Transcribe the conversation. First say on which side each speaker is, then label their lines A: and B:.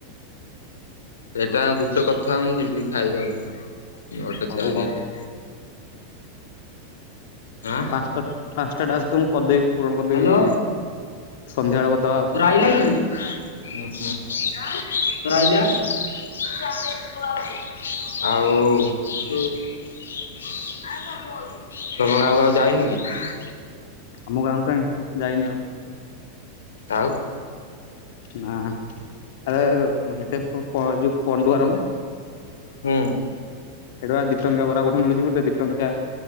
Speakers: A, on the left (about 70°); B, on the left (about 55°).
A: ସେଟା ଗୋଟେ କଥାହଉନି ଯିବି ଖାଇବି ଆଉ ନଅଟା
B: ହଉ
A: ଚାରି
B: ଆଉ
A: ଯାକେ ଆଁ।
B: ପାଞ୍ଚଟା ପାଞ୍ଚଟା ଟାକ୍ସ ମୁଁ କରିଦେବି ପୂରଣ କରିଦେବି।
A: ହ୍ୟାଲୋ
B: ସନ୍ଧ୍ୟାବେଳେ କରଦବା ଆଉ।
A: ଉ ହୁଁ। ଆଉ ହୁଁ। ତୁ କଣ ଆଉ କୁଆଡେ ଯଇନୁ କି?
B: ଆମ ଗାଁକୁ କାହିଁ ଯାଇନି ଆଉ।
A: ତାଉ।
B: ନାଁ ଆରେ ହେତେ ପହଁଚିବୁ ପଣ୍ଡୁଆ ରମୁଁ
A: ହୁଁ।
B: ସେଠି ଦିଟଙ୍କିୟା ବରା କୋଉଠି ଗୋଟେ ମିଳୁଛି ଗୋଟେ ଦିଟଙ୍କି ୟା